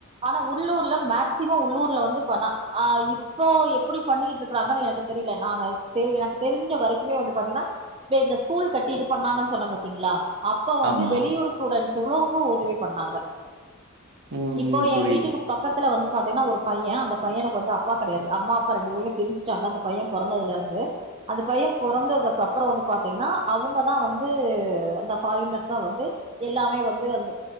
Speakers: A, on the right; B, on the right.
A: ஆனா உள்ளூர்ல மேக்சிமோ உள்ளூர்ல வந்துப்பணா ஆ இப்போ எப்புடி பண்ணிகிட்ருக் க்றாங்கன் எனக்கு தெரில நாங்க தெரு எனக்கு தெரிஞ்ச வரைக்குமே வந்து து பாத்தீங்ன்னா தெ இந்த ஸ்கூல் கட்டி இது பண்ணாங்கன்னு சொன்ன பாத்தீங்களா அப்ப வந்து
B: ஆமா.
A: வெளியூர் ஸ்டுடென்ட்ஸூகுளுக் உதவி பண்ணாங்க
B: ம்.
A: இப்போ எ
B: புரியுது.
A: வீட்டுக்கு பக்கத்துல வந்து பாத்தீங்கன்னா ஒரு பைய அந்த பையனுக்கு வந்து அப்பா கெடையாது அம்மா அப்பா ரெண்டு பேருமே பிரிஞ்சுட்டாங்க அந்த பைய பொறந்ததுலருந்து அந்த பைய பொறந்ததுக் கப்பறோ வந்து பாத்தீங்கன்னா அவங்கதா வந்து அந்த ஃபாரினர்ஸ்தா வந்து எல்லாமே வந்து அந்த